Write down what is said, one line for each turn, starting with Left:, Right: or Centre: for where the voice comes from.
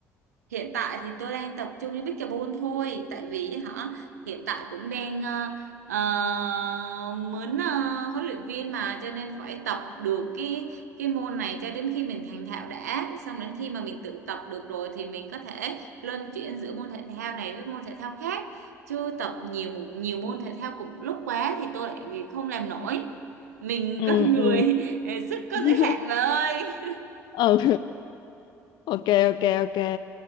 Right: Hiện tại thì tôi đang tập trung cho pickleball thôi tại vì hả hiện tại cũng đang ờ, ờ, muốn ờ, huấn luyện viên mà cho nên phải tập được cái cái môn này cho đến khi mình thành thạo đã xong đến khi mà mình tự tập được rồi thì mình có thể luân chuyển giữa môn thể thao này với môn thể thao khác chứ tập nhiều môn- nhiều môn thể thao cùng lúc quá thì tôi lại không làm nổi mình
Left: Ừ
Right: con người
Left: ừ.
Right: <laughs> sức có
Left: <laughs>
Right: giới hạn mà ơi
Left: Ừ ok ok ok.